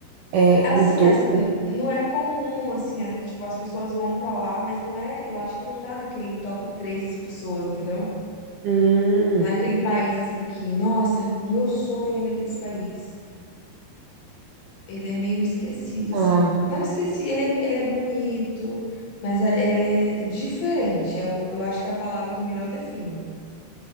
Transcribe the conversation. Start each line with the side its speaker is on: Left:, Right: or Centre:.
Right: é,
Left: Assim,
Right: cultura?
Left: as- n- não é comum, assim, é- tipo, as pessoas vão pra lá, mas não é. Eu acho que não tá naquele top 3 das pessoas, entendeu?
Right: Hum,
Left: Não é aquele país assim que, nossa, meu sonho é nesse país. Ele é meio esquecido,
Right: ah.
Left: assim. Não esqueci, ele é, ele é bonito, mas a- ele é diferente. Eu, eu acho que é a palavra que melhor define.